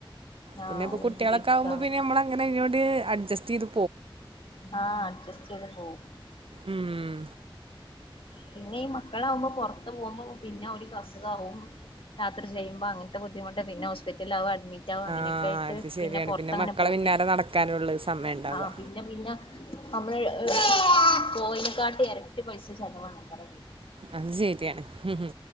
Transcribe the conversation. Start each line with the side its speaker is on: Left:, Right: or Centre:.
Right: പിന്നെ
Left: ആഹ്
Right: ഇപ്പൊ
Left: വീട്ടിലിരിക്ക
Right: കുട്ടികളൊക്കെ ആകുമ്പോ പിന്നെ നമ്മള അങ്ങനെ ഇങ്ങോണ്ട് അഡ് ജസ്ദു
Left: ആ അഡ്ജസ്റ്റ് ചെയ്ത് പോവും
Right: ഉം.
Left: പിന്നെ ഈ മക്കളാകുമ്പോ പുറത്ത് പോകുമ്പോ പിന്നെ ഓൽക് അ സുഖാവും യാത്ര ചെയ്യുമ്പോ അങ്ങനത്തെ ബുദ്ധിമുട്ട് പിന്നെ ഹോസ്പിറ്റലവും അഡിമി അഡ്മിറ്റവും അങ്ങനെയൊക്കെ
Right: ആ
Left: ആയിട്ട്
Right: അത് ശരിയാണ്.
Left: പിന്നെ പൊറത്തങ്ങനെ
Right: മക്കളെ
Left: പോക്കില്ല
Right: പിന്നാലെ നടക്കാനുള്ളൂ സമയം ഉണ്ടാവുക.
Left: ആ പിന്നെ പിന്നെ നമ്മള് <unintelligible> പോയിനെക്കാട്ടിഎരട്ടി ട്ടി പൈസ ചിലലവാണക്കരം ഇതിന്
Right: അത് ശരിയാണ് ഹ് ഹ്